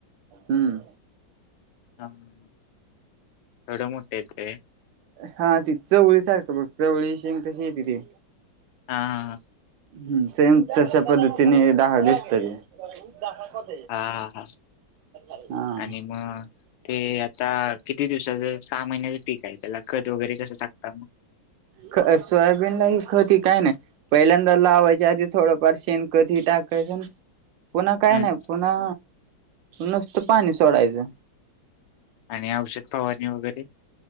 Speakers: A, on the right; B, on the left.
A: हम्म.
B: <unintelligible> एवढं मोठं येते.
A: हां, ती चवळी सारखं बघ. चवळी शेंग कशी येती ती?
B: हा हा
A: हम्म, सेम तश्या पद्धतीने दाह दिसतं ते.
B: हा हा हा,
A: हा
B: आणि मग ते आता किती दिवसाचं? सहा महिन्याचं पीक आहे, त्याला खत वगैरे कसं टाकता मग?
A: ख सोयाबीनला ही खत ही काय नाय. पहिल्यांदा लावायच्या आधीच थोडंफार शेणखत ही टाकायचं. पुन्हा काय
B: हम्म.
A: नाय. पुन्हा नुसतं पाणी सोडायचं.
B: आणि औषध फवारणी वगैरे?